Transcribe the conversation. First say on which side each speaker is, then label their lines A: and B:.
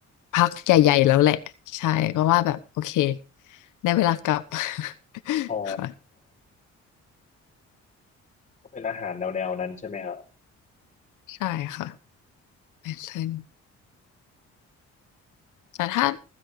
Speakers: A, on the left; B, on the left.
A: พักใหญ่ๆแล้วแหละใช่ก็ว่าแบบโอเคในเวลากลับ <laughs>
B: อ๋อ
A: ค่ะ
B: ก็เป็นอาหารแนวแนวนั้นใช่ไหมครับ
A: ใช่ค่ะเวสเทิร์น แต่ถ้า